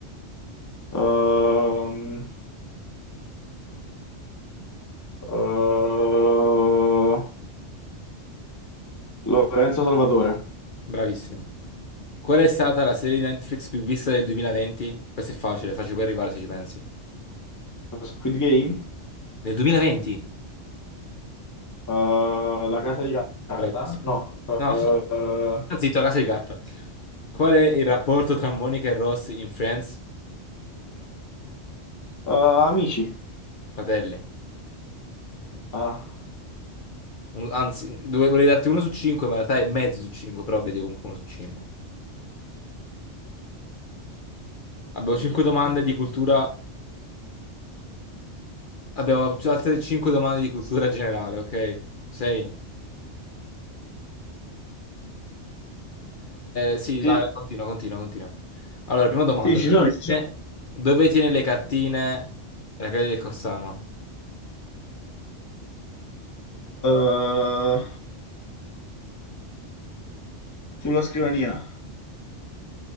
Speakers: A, on the left; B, on the left.
A: Ehm, eh, Lorenzo Salvatore.
B: Bravissimo. Qual è stata la serie di Netflix più vista del 2020? Questo è facile, facile puoi arrivare se ci pensi.
A: Squid Game.
B: Del 2020?
A: Eh, la casa di carta?
B: Bravissimo.
A: No. Eh,
B: No, <laughs> sì. Sta Zitto, casa di carta. Qual è il rapporto tra Monica e Ross in Friends?
A: eh, amici.
B: Fratelli.
A: Ah.
B: Un- anzi, dove- volevo darti uno su cinque, ma in realtà è mezzo su cinque, però vedi comunque uno su cinque. Abbiamo 5 domande di cultura. Abbiamo altre 5 domande di cultura generale, ok? 6. sì,
A: Sì,
B: vai, vai, continua, continua, continua. Allora, prima domanda.
A: sì, ci
B: Dove
A: sono, ci sono.
B: dove tiene le cartine la credenza del Corsano?
A: Eh, sulla scrivania.